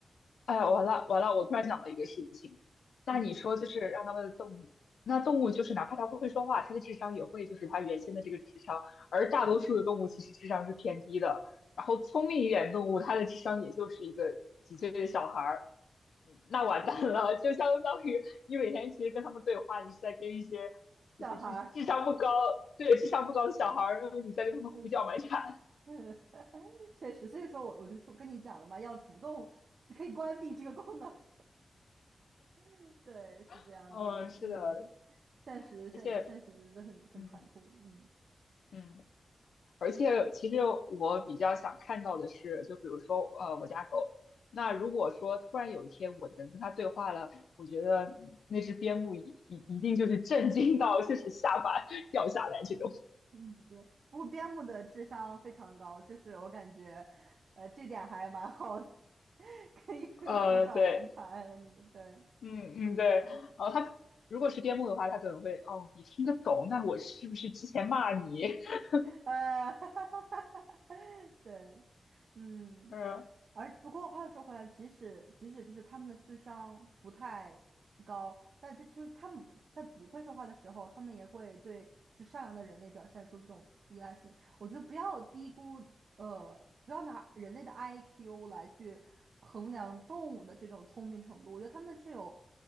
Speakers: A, on the left (about 80°); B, on the right (about 70°).
A: 哎呀，完了完了，我突然想到一个事情，那你说就是让他们的动物，
B: 嗯，
A: 那动物就是哪怕它会说话，它的智商也会就是它原先的这个智商，而大多数的动物其实智商是偏低的，然后聪明一点动物，它的智商也就是一个几岁的小孩儿，嗯那完蛋了，就相当于你每天其实跟他们对话，你是在跟一些
B: 小孩儿。
A: 就是智智商不高，对，智商不高的小孩儿，然后你在跟他们胡搅蛮缠，
B: <laughs> 嗯嗯，<laughs> 确实，所以说我我就说跟你讲了嘛，要主动就可以关闭这个功能。<laughs> 对，是这样子的，
A: <laughs> 嗯，是的，
B: 嗯，现实现现实真的很很残酷，
A: 而且，嗯
B: 嗯
A: 嗯。而且其实我比较想看到的是，就比如说呃我家狗，那如果说突然有一天我能跟它对话了，我觉得那只边牧一一定就是震惊到就是下巴掉下来这种。
B: 嗯，对。不过边牧的智商非常高，就是我感觉，呃，这点还蛮好的，<laughs> 可以不用胡搅蛮缠和你，
A: 呃，对，
B: 对，
A: 嗯嗯对，
B: 嗯。
A: 然后它如果是边牧的话，它可能会哦你听得懂，那我是不是之前骂你？<laughs>
B: 呃，<laughs> 对，嗯，
A: 嗯
B: 而不过话又说回来，即使即使就是他们的智商不太高，但就就是他们不在不会说话的时候，他们也会对是善良的人类表现出这种依赖性。我觉得不要低估，呃，不要拿人类的 IQ 来去衡量动物的这种聪明程度。我觉得他们是有